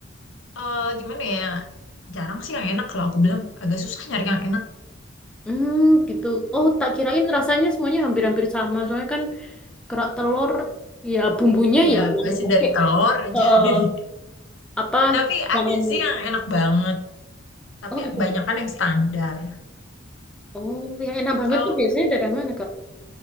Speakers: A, on the left; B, in the centre.
A: eh, gimana ya? Jarang sih yang enak kalau aku bilang agak susah nyari yang enak.
B: Hmm, gitu. Oh, tak kirain rasanya semuanya hampir-hampir sama. Soalnya kan kerak telur, ya bumbunya
A: Iya,
B: ya yang
A: pasti
B: dipakai.
A: dari telur aja.
B: Eh,
A: <laughs>
B: apa
A: Tapi
B: bahan?
A: ada sih yang enak banget. Tapi
B: Oh, ada
A: banyak
B: Kak.
A: kan yang standar.
B: Oh, yang enak banget
A: Kalau
B: tuh biasanya dari mana kak?